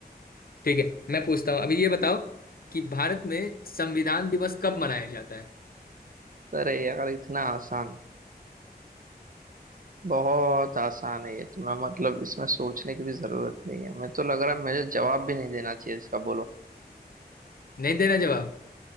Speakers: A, on the left; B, on the right.
A: ठीक है मैं पूछता हूँ अभी ये बताओ कि भारत में संविधान दिवस कब मनाया जाता है
B: अरे यार इतना आसान बहुत आसान है ये तो मैं मतलब इसमें सोचने की भी जरूरत नहीं है मैं तो लग रहा है मुझे जवाब भी नहीं देना चाहिए इसका बोलो
A: नहीं देना जवाब